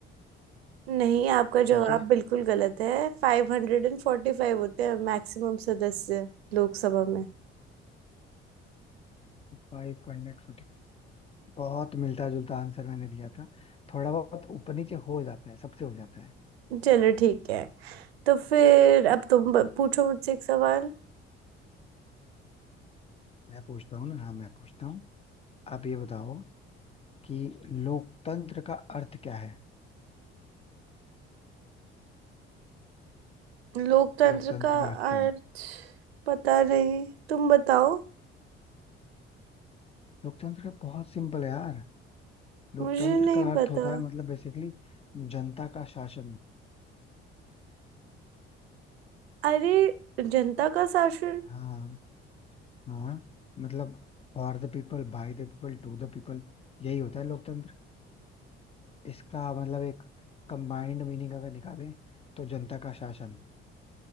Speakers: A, on the right; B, on the left.
A: नहीं आपका
B: ठीक
A: जवाब
B: है
A: बिल्कुल गलत है फाइव हंड्रेड एंड फोर्टी फाइव होते हैं मैक्सिमम सदस्य लोकसभा में
B: 542 बहुत मिलता जुलता आंसर मैंने दिया था थोड़ा बहुत ऊपर नीचे हो जाता है सबसे हो जाता है
A: चलो ठीक है तो फिर अब तुम ब- पूछो मुझसे एक सवाल
B: मैं पूछता हूँ ना हाँ मैं पूछता हूँ आप ये बताओ कि लोकतंत्र का अर्थ क्या है
A: लोकतंत्र
B: लोकतंत्र
A: का
B: का अर्थ क्या
A: अर्थ
B: है
A: पता नहीं तुम बताओ
B: लोकतंत्र का बहुत सिंपल है यार लोकतंत्र
A: मुझे नहीं
B: का अर्थ
A: पता
B: होता है मतलब बेसिकली जनता का शासन
A: अरे जनता का शासन
B: हाँ हाँ मतलब for the people by the people to the people यही होता है लोकतंत्र इसका मतलब एक कंबाइंड मीनिंग अगर निकालें तो जनता का शासन